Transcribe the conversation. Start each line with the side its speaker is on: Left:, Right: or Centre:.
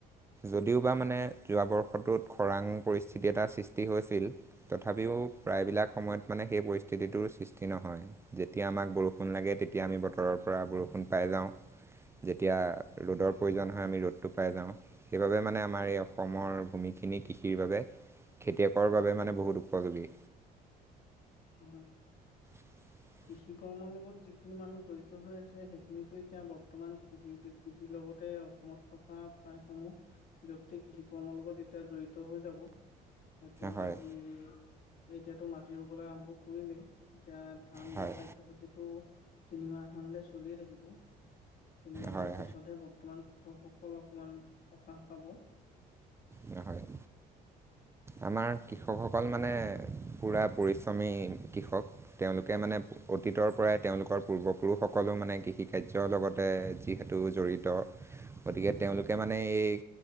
Right: যদিওবা মানে যোৱা বৰ্ষটোত খৰাং পৰিস্থিতি এটা সৃষ্টি হৈছিল, তথাপিও প্ৰায়বিলাক সময়ত মানে সেই পৰিস্থিতিটোৰ সৃষ্টি নহয়, যেতিয়া আমাক বৰষুণ লাগে তেতিয়া আমি বতৰৰ পৰা বৰষুণ পাই যাওঁ। যেতিয়া ৰ'দৰ প্ৰয়োজন হয় আমি ৰ'দটো পাই যাওঁ সেইবাবে মানে আমাৰ এই অসমৰ ভূমি খিনি কৃষিৰ বাবে খেতিয়কৰ বাবে মানে বহুত উপযোগী।
Left: হয়,
Right: <inaudible>
Left: কৃষি কৰ্মৰ লগত যিখিনি মানুহ জড়িত হৈ আছে সেইখিনো এতিয়া বৰ্তমান কৃষি কৃষিৰ লগতে অসমত থকা প্ৰায়সমূহ ব্যক্তিক শিকৰ্মৰ লগত এতিয়া জড়িত হৈ যাব। হয়টো
Right: হয়
Left: আজি, এতিয়াতো মাটি ৰুবলৈ আৰম্ভ কৰিলেই। এতিয়া ধান
Right: হয়
Left: ৰোৱা কাৰ্যসূচীটো তিনিমাহ মানলৈ চলিয়ে থাকিব। তিনিমাহৰ
Right: হয়
Left: পিছতহে বৰ্তমান কৃষকসকলে অকমান সকাহ পাব।
Right: ৰহয় আমাৰ কৃষকসকল মানে পুৰা পৰিশ্ৰমী কৃষক, তেওঁলোকে মানে অতীতৰ পৰাই তেওঁলোকৰ পূৰ্বপুৰুষসকলো মানে কৃষি কাৰ্যৰ লগতে যিহেতু জড়িত। গতিকে তেওঁলোকে মানে এই